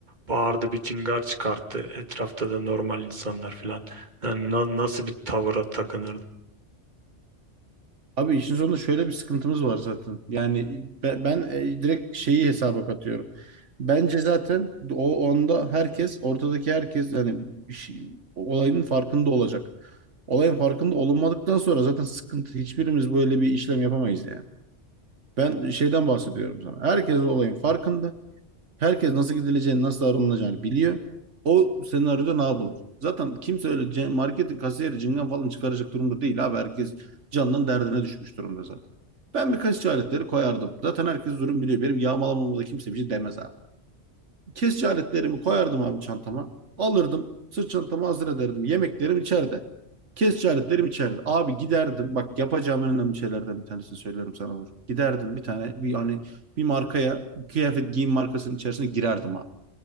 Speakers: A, on the right; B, on the right.
A: Bağırdı bir cingar çıkarttı. Etrafta da normal insanlar filan. Yani na- nasıl bir tavıra takınırdı?
B: Abi işin sonunda şöyle bir sıkıntımız var zaten. Yani ben, ben e, direkt şeyi hesaba katıyorum. Bence zaten o onda herkes, ortadaki herkes yani işi- olayın farkında olacak. Olayın farkında olunmadıktan sonra zaten sıkıntı. Hiçbirimiz böyle bir işlem yapamayız yani. Ben şeyden bahsediyorum sana. Herkes olayın farkında. Herkes nasıl gidileceğini, nasıl davranılacağını biliyor. O senaryoda ne yapılır? Zaten kimse öyle ce- marketin kasiyeri cingen falan çıkaracak durumda değil abi. Herkes canının derdine düşmüş durumda zaten. Ben bir kaşık aletleri koyardım. Zaten herkes durum biliyor. Benim yağmalamama da kimse bir şey demez abi. Kesici aletlerimi koyardım abi çantama. Alırdım. Sırt çantamı hazır ederdim. Yemeklerim içeride. Kesici aletlerim içeride. Abi giderdim. Bak yapacağım en önemli şeylerden bir tanesini söylüyorum sana Uğur. Giderdim bir tane bir hani bir markaya kıyafet giyim markasının içerisine girerdim abi.